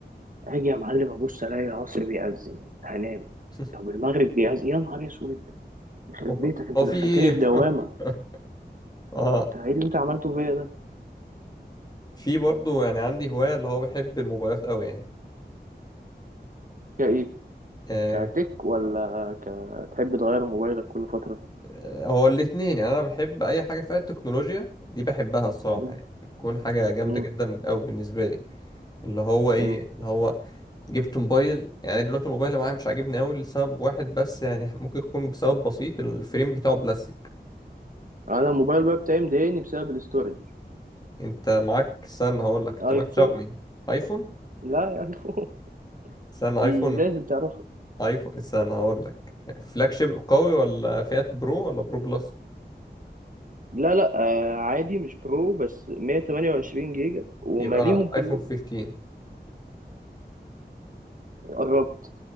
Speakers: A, on the right; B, on the left.
A: اجي يا معلم ابص الاقي العصر بيأذن هنام
B: <laughs>
A: طب المغرب بيأذن يا نهار اسود يخرب
B: هو
A: بيتك انت
B: هو
A: دخلتني
B: في ايه
A: في دوامة
B: <laughs> اه
A: انت ايه اللي انت عملته فيا ده
B: في برضو يعني عندي هواية اللي هو بحب الموبايلات قوي يعني
A: يا ايه
B: آه،
A: كتك ولا كتحب تغير موبايلك كل فترة
B: آه، هو الاتنين يعني انا بحب اي حاجة فيها التكنولوجيا دي بحبها الصراحة
A: مم.
B: يعني بتكون حاجة جامدة
A: مم.
B: جدا قوي بالنسبة لي اللي هو ايه
A: مم.
B: اللي هو جبت موبايل يعني دلوقتي الموبايل اللي معايا مش عاجبني قوي لسبب واحد بس يعني ممكن يكون بسبب بسيط الفريم بتاعه بلاستيك
A: انا الموبايل بقى بتاعي مضايقني بسبب الاستورج
B: انت معاك استنى هقول لك انت
A: ايفون
B: معاك شاومي ايفون
A: لا يا ايفون <laughs>
B: استنى
A: دي
B: ايفون
A: لازم تعرفها
B: ايفون استنى هقول لك فلاج شيب قوي ولا فئة برو ولا برو بلس
A: لا لا آه عادي مش برو بس 128 جيجا وماليهم
B: يبقى
A: كلهم
B: ايفون 15
A: قربت